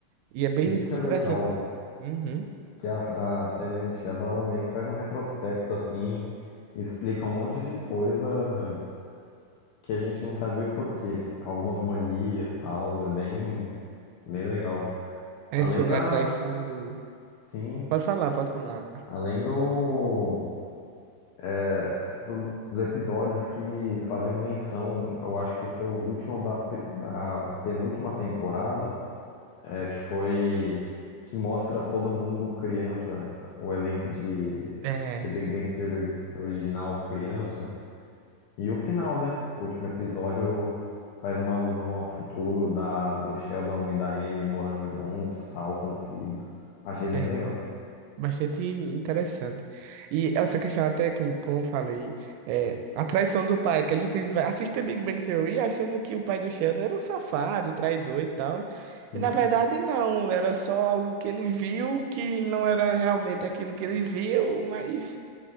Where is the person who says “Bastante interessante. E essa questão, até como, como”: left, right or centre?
Right